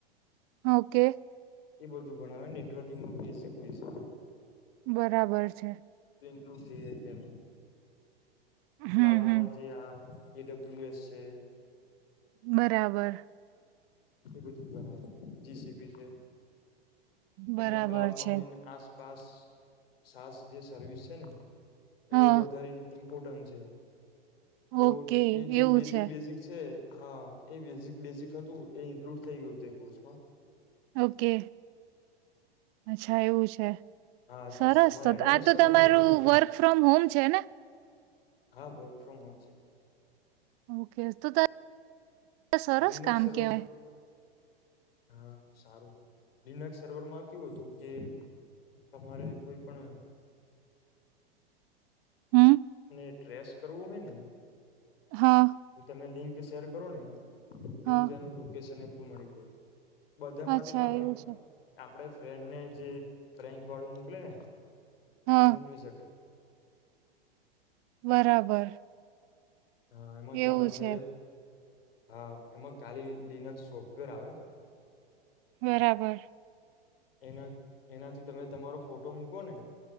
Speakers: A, on the right; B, on the left.
A: ઓકે.
B: એ બધું ભણાવે નેટવર્કિંગનું બેઝિક બેઝિક.
A: બરાબર છે.
B: <unintelligible> ક્લાઉડમાં
A: હમ હમ
B: જે આ એ ડબ્લી્યુ એસ છે.
A: બરાબર.
B: એ બધું ભરાવે. જીસીબી છે. એમાં
A: બરાબર
B: ક્લાઉડમાં
A: છે
B: મેન આસપાસ સાસ જે સર્વિસ છે ને એ
A: હા
B: બહુ વધારે ઈન ઇમ્પોર્ટન્ટ છે. તો
A: ઓકે
B: એ જે
A: એવું
B: બેઝિક
A: છે
B: બેઝિક છે. હા હા એ બેઝિક બેઝિક હતું, એ ઇન્કલુડ થઈ ગયું તે કોર્સમાં.
A: ઓકે. અચ્છા એવું છે.
B: હા
A: સરસ
B: પછી તમારે
A: તો
B: એડવાન્સ
A: તો આ તો
B: કરવું
A: તમારું
B: હોય
A: વર્ક ફ્રોમ હોમ છે ને?
B: હા વર્ક ફ્રોમ હોમ છે.
A: ઓકે તો ત સરસ
B: લિનક્સ
A: કામ
B: સર્વર
A: કેવાય.
B: હા સારું લિનક્સ સર્વરમાં કેવું હતું કે તમારે કોઈ પણ
A: હમ
B: અને ટ્રેસ કરવો હોય ને
A: હા
B: તો તમે લિંક શેર કરો ને
A: હા
B: એવું જ એનું લોકેશન ને એ બધું મળી જાય. બધા માટે
A: અચ્છા
B: ના હોય
A: એવું છે
B: આપણે ફ્રેન્ડ ને જે પ્રેંક વાળું મોકલે ને.
A: હા
B: એ મોકલી શકાય.
A: બરાબર.
B: હા એમાંથી
A: એવું
B: આપડે
A: છે
B: જયારે હા એમાં કાલી લિનક્સ સોફ્ટવેર આવે.
A: બરાબર.
B: એના એનાથી તમે તમારો ફોટો મૂકો ને,